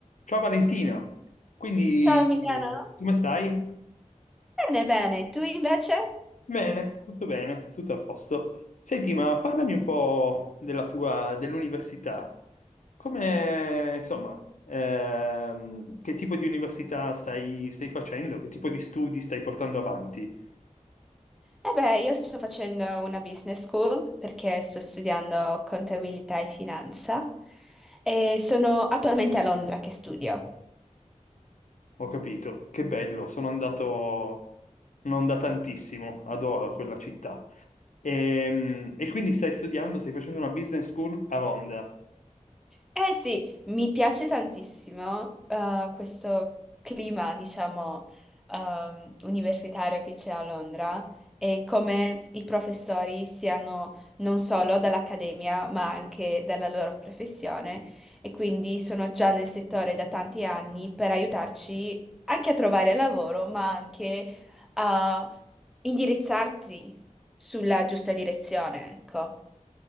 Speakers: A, on the left; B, in the centre.
A: Ciao Valentina, quindi
B: Ciao Emiliano,
A: come stai?
B: bene, bene, tu invece?
A: Bene, tutto bene, tutto a posto. Senti, ma parlami un po' della tua, dell'università. Come, insomma, ehm, che tipo di università stai, stai facendo? Che tipo di studi stai portando avanti?
B: Eh beh, io sto facendo una business school perché sto studiando contabilità e finanza e sono attualmente a Londra che studio.
A: Ho capito, che bello, sono andato, non da tantissimo, adoro quella città. Ehm, E, quindi stai studiando, stai facendo una business school a Londra.
B: Eh sì, mi piace tantissimo eh, questo clima, diciamo, ehm, universitario che c'è a Londra e come i professori siano non solo dall'accademia, ma anche dalla loro professione e quindi sono già nel settore da tanti anni per aiutarci anche a trovare lavoro, ma anche a indirizzarti sulla giusta direzione, ecco.